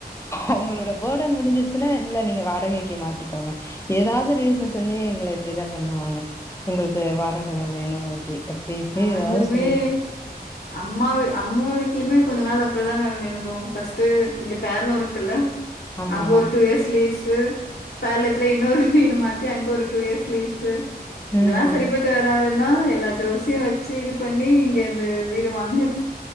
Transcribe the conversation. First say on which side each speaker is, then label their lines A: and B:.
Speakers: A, on the left; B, on the left.
A: அவுங்களோட பேர்டன் முடிஞ்சிருச்சுனா இல்ல நீங்க வாடகைக்கு மாத்திக்கோங்க ஏதாவது ரீசன் சொல்லி எங்கள இப்டிதா பண்ணுவாங்க எங்களுக்கு வாடக தா வேணு அப்டி இப்டி
B: நாங்ளுமே
A: ஏதாவது சொல்லிட்டு
B: அம்மா அம்மா வீட்லயுமே கொஞ்ச நாள் அப்டிதா நா இருந்தோ பஸ்ட்டு இங்க பேர்ல உ இருக்குல்ல
A: ஆமா
B: அங்க ஒரு டூ இயர்ஸ் லீ்ஸ் து பேலத்ல இன்னோரு வீடு மாத்தி அங்க ஒரு டூ இயர்ஸ் லீட்ஸு
A: ம்
B: அதெல்லா
A: ம்
B: சரிப்பட்டு வராது நா எல்லா ஜுவல்ஸ் வச்சு இது பண்ணி இங்க இந்த வீடு வாங்குனது